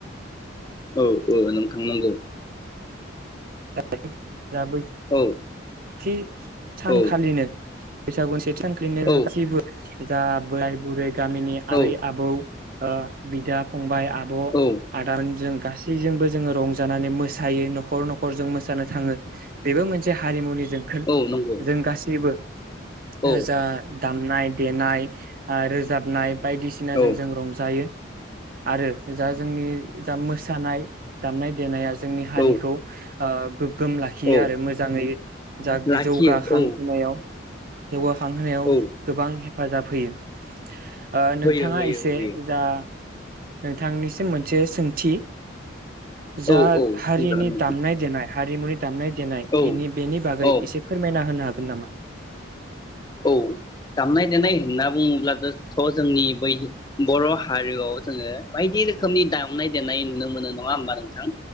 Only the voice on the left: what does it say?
औ औ नोंथां नोंगौ
औ
औ
औ
औ
औ
औ नंगौ
औ
औ
औ
औ
लाखियो
औ
औ
होयो होयो
होयो
औ औ
थांजागोन नोंथां
औ
औ
औ दामनाय देनाय होनना बुङोब्ला थ जोंनि बै बर हारिआव जोङो बायदि रोखोमनि दामनाय देनाय नुनो मोनो नङा होमबा नोंथां